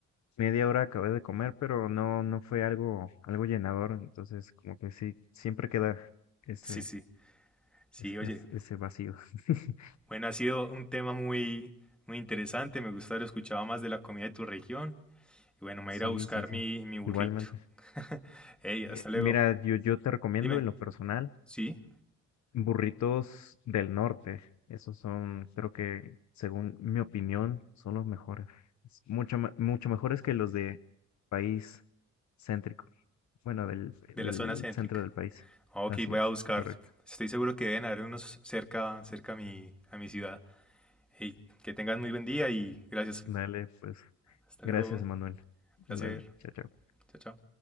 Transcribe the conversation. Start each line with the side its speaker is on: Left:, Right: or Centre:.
Left: media hora acabé de comer, pero no, no fue algo, algo llenador, entonces como que sí, siempre queda ese,
Centre: Sí, sí, sí,
Left: es-
Centre: oye.
Left: es- ese vacío. <laughs>
Centre: Bueno, ha sido un tema muy, muy interesante, me gusta haber escuchado más de la comida de tu región. Y bueno, me voy
Left: Sí,
Centre: a ir a buscar
Left: sí, sí,
Centre: mi, mi burrito.
Left: igualmente.
Centre: <laughs> Hey,
Left: Eh,
Centre: hasta luego.
Left: Mira, yo, yo te recomiendo
Centre: Dime,
Left: en lo personal
Centre: ¿sí?
Left: burritos del norte. Esos son, creo que, según mi opinión, son los mejores. Es Mucho, me- mucho mejores que los de país céntrico. Bueno, del,
Centre: De
Left: del
Centre: la zona céntrica.
Left: centro del país.
Centre: Ok,
Left: Así
Centre: voy
Left: es,
Centre: a buscar.
Left: correcto.
Centre: Estoy seguro que deben haber unos cerca, cerca a mi, a mi ciudad. Hey, que tengas muy buen día y gracias.
Left: Dale, pues.
Centre: Hasta
Left: Gracias,
Centre: luego.
Left: Manuel. Dale,
Centre: Placer.
Left: Chao, chao.
Centre: Chao, chao.